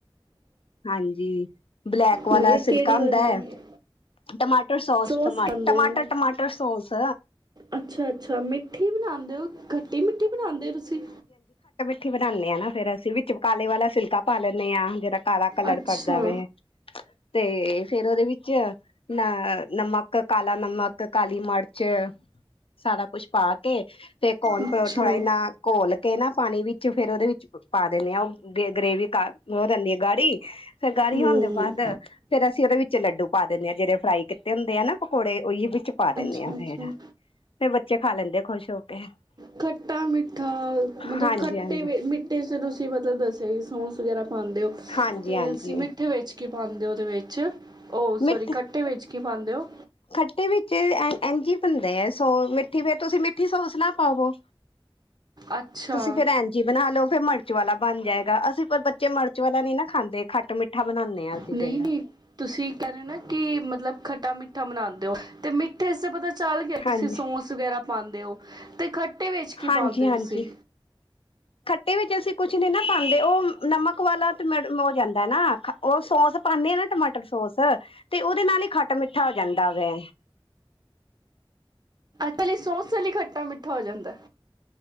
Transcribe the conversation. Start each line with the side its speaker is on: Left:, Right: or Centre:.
Left: ਹਾਂਜੀ ਬਲੈਕ ਵਾਲਾ
Right: ਮੈਂ ਕਿਹਾ
Left: ਸਿਲਕਾ
Right: ਕਿਹੜੀ
Left: ਹੁੰਦਾ
Right: ਵਾਰੀ
Left: ਹੈ ਟਮਾਟਰ ਸੋਸ
Right: ਸੋ
Left: ਟਮਾ
Right: ਸ ਖਾਂਦੇ
Left: ਟਮਾਟਰ
Right: ਹੋ
Left: ਟਮਾਟਰ ਸੋਸ
Right: ਅੱਛਾ ਅੱਛਾ ਮਿੱਠੀ ਬਣਾਉਦੇ ਹੋ ਘਟੀ ਮਿੱਠੀ ਬਣਾਦੇ ਹੋ ਤੁਸੀਂ
Left: ਠੀ ਬਣਾਉਦੇ ਆ ਨਾ ਫਰ ਅਸੀਂ ਵੀ ਚ ਕਾਲੇ ਵਾਲਾ ਸਿਲਕਾ ਪਾ ਲੈਂਦੇ ਹਾਂ ਜਿਹੜਾ ਕਾਲਾ ਕਲਰ
Right: ਅੱਛਾ
Left: ਕਰਦਾ ਵਵੇ ਤੇ ਫੇਰ ਉਹਦੇ ਵਿੱਚ ਅ ਨਮਕ ਕਾਲਾ ਨਮਕ ਕਾਲੀ ਮਿਰਚ ਸਾਰਾ ਕੁਛ ਪਾ ਕੇ ਤੇ ਕੌਣੋ
Right: ਅੱਛਾ
Left: ਥੋੜਾ ਇ ਨਾ ਘੋਲ ਕੇ ਨਾ ਪਾਣੀ ਵਿੱਚ ਫੇਿਰ ਉਹਦੇ ਵਿੱਚ ਪਾ ਦਿੰਦੇ ਹਾਂ ਉਹ ਗ ਗਰੇਵੀ ਉਹ ਦਿੰਦੀ ਆ ਗਾੜੀ ਫੇਰ ਗਾਲੀ
Right: ਹੂੰ
Left: ਹੋਣ ਦੇ ਬਾਅਦ ਫੇਰ ਅਸੀ ਅਸੀ ਉਹਦੇ ਵਿੱਚ ਲੱਡੂ ਪਾ ਦਿੰਦੇ ਹਾਂ ਜਿਹੜੇ ਫਰਾਈ ਕੀਤੇ ਹੁੰਦੇ ਆ ਨਾ ਪਕੌੜੇ ਉਹੀ ਵਿੱਚ ਪਾ ਦਿੰਦੇ
Right: ਅੱਛਾ
Left: ਆਾਂ
Right: ਅੱਛਾ
Left: ਫੇਰ ਫੇਰ ਬੱਚੇ ਖਾ ਲੈਂਦੇ ਆ ਖੁਸ਼ <unintelligible>
Right: ਖੱਟਾ ਮਿੱਠਾ ਮਤਲਬ
Left: ਹਾਂਜੀ
Right: ਖੱਟਾ।
Left: ਹਾਂਜੀ
Right: ਮਿੱਟੇ ਮਿੱਟੇ ਚ ਤੁਸੀਂ ਮਤਲਬ ਦੱਸਿਆ। ਸੋਸ ਵਗੈਰਾ ਪਾਉਂਦੇ ਹੋ
Left: ਹਾਂਜੀ
Right: ਤੇ
Left: ਹਾਂਜੀ
Right: ਤੁਸੀਂ ਮਿੱਠੇ ਵਿੱਚ। ਕੀ ਪਾਉਦੇ ਹੋ ਉਹਦੇ ਵਿੱਚ। ਉਹ
Left: ਮਿੱਠ
Right: ਸੋਰੀ ਖੱਟੇ ਵਿੱਚ। ਕੀ ਪਾਉਂਦੇ ਹੋ।
Left: ਖੱਟੇ ਵਿੱਚ ਇੰਝ ਬਣਦੇ ਆ ਸੋ ਮਿੱਠੀ ਫੇਰ ਤੁਸੀਂ ਮਿੱਠੀ ਸੌਸ ਨਾ ਪਾਵੋ।
Right: ਅੱਛਾ
Left: ਤੁਸੀਂ ਫੇਰ ਐਵੇਂ ਹੀ ਬਣਾ ਲੋ ਫੇਰ ਮੜ। ਮਿਰਚ ਵਾਲਾ ਬਣ ਜਾਏਗਾ ਅਸੀਂ ਪਰ ਬੱਚੇ ਮਿਰਚ ਵਾਲਾ ਨਹੀਂ ਨਾ ਖਾਂਦੇ ਖੱਟ ਮਿੱਠਾ। ਬਣਾਉਂਦੇ ਹਾਂ ਅਸੀਂ
Right: ਨਹੀਂ
Left: ਫੇਰ
Right: ਨਹੀਂ ਤੁਸੀਂ ਕਹਿ ਰਹੇ ਨਾ ਕਿ ਮਤਲਬ ਖੱਟੇ। ਖੱਟਾ ਮਿੱਠਾ ਮਨਾਉਂਦੇ ਹੋ ਤੇ ਮਿੱਠੇ ਸੇ ਪਤਾ। ਚੱਲ ਗਿਆ
Left: ਹਾਂਜੀ
Right: ਤੁਸੀਂ ਸੋਸ ਵਗੈਰਾ। ਪਾਉਂਦੇ ਹੋ ਤੇ। ਖੱਟੇ ਵਿੱਚ ਕੀ
Left: ਹਾਂਜੀ
Right: ਪਾਉਂਦੇ
Left: ਹਾਂਜੀ
Right: ਹੋ ਤੁਸੀਂ।
Left: ਖੱਟੇ ਵਿੱਚ ਅਸੀਂ ਕੁਛ ਨਹੀ ਨਾ ਪਾਉਂਦੇ ਉਹ ਨਮਕ ਵਾਲਾ ਹੋ ਜਾਂਦਾ ਨਾ ਉਹ ਸੋਸ ਪਾਉਂਦੇ ਆ ਨਾ ਟਮਾਟਰ ਸੋਸ ਤੇ ਉਹਦੇ ਨਾਲ ਹੀ ਖੱਟ ਮਿੱਠਾ ਹੋ ਜਾਂਦਾ ਗੇ।
Right: ਇੱਕਲੀ ਸੌਸ ਨਾਲ ਹੀ ਖੱਟਾ ਮਿੱਠਾ ਹੋ ਜਾਂਦਾ।